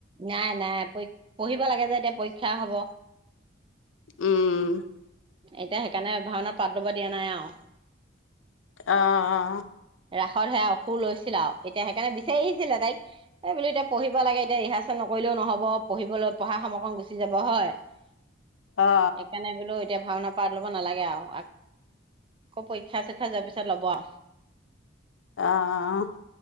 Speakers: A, on the right (about 25°); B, on the left (about 85°).
A: নাই, নাই প পঢ়িব লাগে যে এতিয়া পৰীক্ষা হ'ব।
B: উম।
A: এতিয়া, হেইকাৰণে ভাওনাত পাত ল'ব দিয়া নাই আৰু
B: অহ'অহ'
A: ৰাসত সেয়া অসুৰ লৈছিলা আৰু এতিয়া সেইকাৰণে বিচাৰি আহিছিলে তাইক, এই বোলোঁ এতিয়া পঢ়িব লাগে এতিয়া ৰিহা নকৰিলেও নহ'ব পঢ়িবলৈ পঢ়া সময়কণ গুছি যাব হয়। সেইকাৰণে
B: অ
A: বোলোঁ। এতিয়া ভাওনা পাট ল'ব নালাগে আৰু আকৌ পৰীক্ষা চৰীক্ষা যোৱাৰ পিছত ল'ব আহ
B: অহ'অহ'